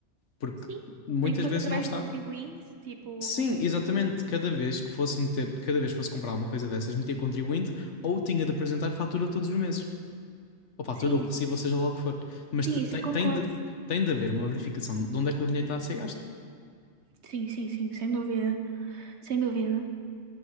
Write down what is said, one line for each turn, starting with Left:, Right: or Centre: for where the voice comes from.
Left: Porque
Right: Sim,
Left: muitas
Right: nem que fosse
Left: vezes
Right: através
Left: não está.
Right: do contribuinte, tipo,
Left: Sim, exatamente. Cada vez que fosse meter, cada vez que fosse comprar alguma coisa dessas, metia contribuinte ou tinha de apresentar fatura todos os meses. ou fatura
Right: sim,
Left: ou recibo, ou seja lá o que for. Mas
Right: sim,
Left: te- tem,
Right: isso eu concordo.
Left: tem, de, tem de haver uma verificação de onde é que o dinheiro está a ser gasto.
Right: Sim, sim, sim, sem dúvida, sem dúvida.